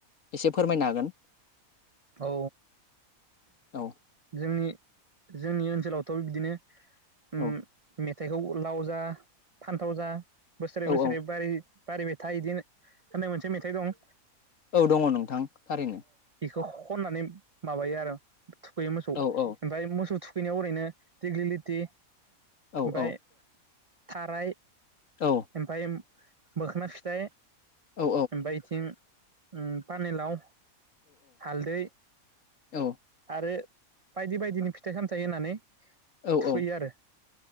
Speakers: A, on the left; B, on the right.
A: एसे फोरमायनो हागोन
B: औ
A: औ
B: जोंनि जोंनि ओनसोलावथ' बिदिनो
A: औ
B: उम मेथाइखौ लाव जा फान्थाव जा बोसोरै
A: औ
B: बोसोरै
A: औ
B: बारि बारिबाय थायो इदि होननाय मोनसे मेथाइ दं।
A: औ दङ नोंथां थारैनो
B: खौ खननानै माबायो आरो थुखैयो मोसौ
A: औ औ
B: ओमफाय मोसौ थु खैनायाव ओरैनो दिग्लिलिटि
A: औ
B: ओमफाय
A: औ
B: थाराय
A: औ
B: ओमफाय मोखोना फिथाइ
A: औ
B: ओमफाय इथिं उम पानिलाव हालदै
A: औ
B: आरो बायदि बायदिनि फिथाइ-सामथाइ होनानै थुखैयो
A: औ औ
B: आरो